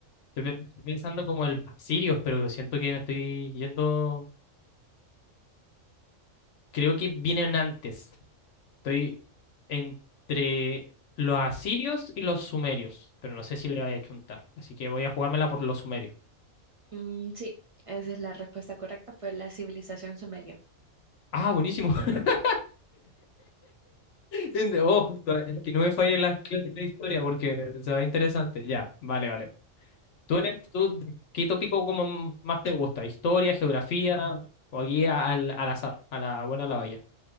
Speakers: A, on the left; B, on the right.
A: Estoy pe- estoy pensando como el sirios, pero siento que me estoy yendo. Creo que vienen antes. Estoy entre los asirios y los sumerios, pero no sé si le vaya a chuntar. Así que voy a jugármela por los sumerios.
B: Mm, sí, esa es la respuesta correcta. Fue la civilización sumeria.
A: Ah, buenísimo. <laughs> En- Oh, que no me falle la clase de historia porque se va interesante. Ya, vale, vale. ¿Tú, eres, tú qué tópico como más te gusta? ¿Historia, geografía o aquí al, al azar, a la buena o la vaya?